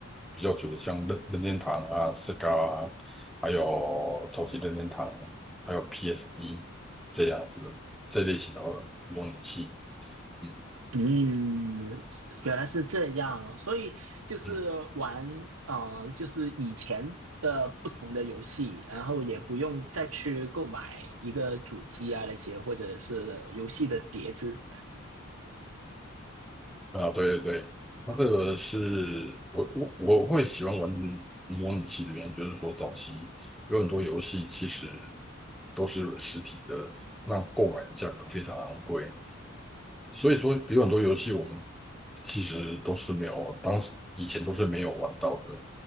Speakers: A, in the centre; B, on the right (about 85°).
A: 比较久的，像任任天堂啊、Sega 啊，还有早期任天堂，还有 p s d 这样子的这类型的模拟器。嗯
B: 嗯，原来是这样，所以就是玩，
A: 嗯
B: 呃，就是以前的不同的游戏，然后也不用再去购买一个主机啊那些，或者是游戏的碟子
A: 啊，对对对，那这个是我我我会喜欢玩
B: 啊，
A: 模拟器的原因，就是说早期有很多游戏其实都是实体的，那购买价格非常昂贵。所以说有很多游戏我们其实都是没有，当时以前都是没有玩到的。